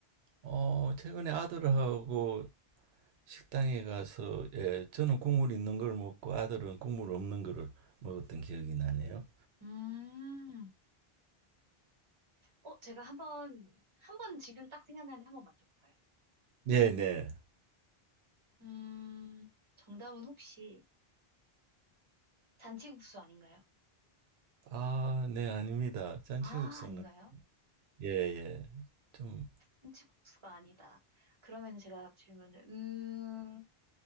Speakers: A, on the right; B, on the right.
A: 어, 최근에 아들하고 식당에 가서 예, 저는 국물 있는 걸 먹고 아들은 국물 없는 거를 먹었던 기억이 나네요.
B: 음, 어, 제가 한번, 한번 지금 딱 생각나는데 한번 맞춰볼까요?
A: 네, 네.
B: 음, 정답은 혹시 잔치국수 아닌가요?
A: 아, 네, 아닙니다. 잔치국수는
B: 아, 아닌가요?
A: 예, 예. 좀
B: 잔치국수가 아니다. 그러면 제가 질문을, 음,